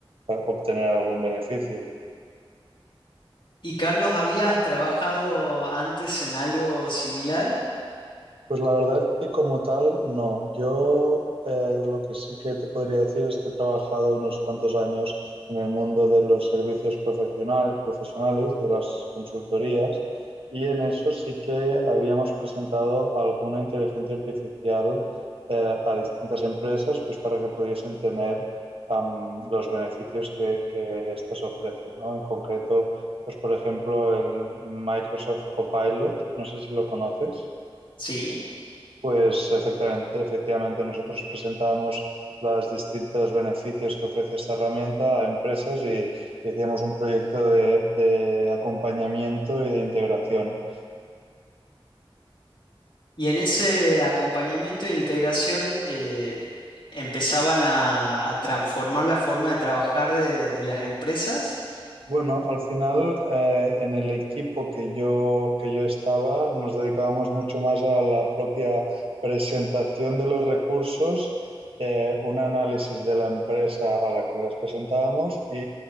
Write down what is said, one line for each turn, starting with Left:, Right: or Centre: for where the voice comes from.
Right: ah, obtener algún beneficio.
Left: ¿Y Carlos, habías trabajado antes en algo similar?
Right: Pues la verdad es que como tal, no. Yo eh, lo que sí que te podría decir es que he trabajado unos cuantos años en el mundo de los servicios profesional- profesionales, de las consultorías, y en eso sí que habíamos presentado alguna inteligencia artificial eh, a distintas empresas, pues para que pudiesen tener am, los beneficios que, que estas ofrecen, ¿no? En concreto, pues por ejemplo, el Microsoft Copilot, no sé si lo conoces.
Left: Sí.
Right: Pues efectivamente, efectivamente, nosotros presentamos los distintos beneficios que ofrece esta herramienta a empresas y, y hacíamos un proyecto de, de acompañamiento y de integración.
Left: Y en ese acompañamiento e integración eh, empezaban a, a transformar la forma de trabajar de, de las empresas
Right: Bueno, al final eh, en el equipo que yo, que yo estaba nos dedicábamos mucho más a la propia presentación de los recursos, eh, un análisis de la empresa a la que las presentábamos y